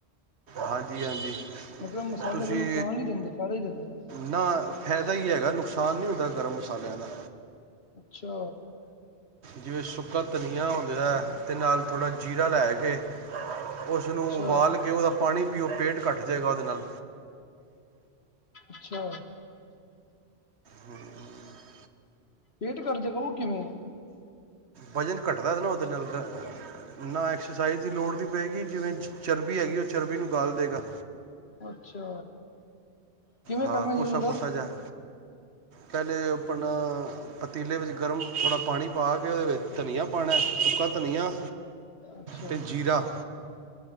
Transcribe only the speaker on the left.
ਮਤਲਬ ਮਸਾਲੇ
ਫੇਰ ਨੁਕਸਾਨ ਨੀ ਦਿੰਦੇ, ਫਾਇਦਾ ਹੀ ਦਿੰਦੇ ਨੇ।
ਅੱਛਾ।
ਅੱਛਾ
ਅੱਛਾ।
ਪੇਟ ਘੱਟ, ਜੇ ਗਾ ਉਹ ਕਿਵੇਂ ਆ?
ਅੱਛਾ! ਕਿਵੇਂ
ਕਰਨਾ ਯੂਜ
ਦਾ
ਅੱਛਾ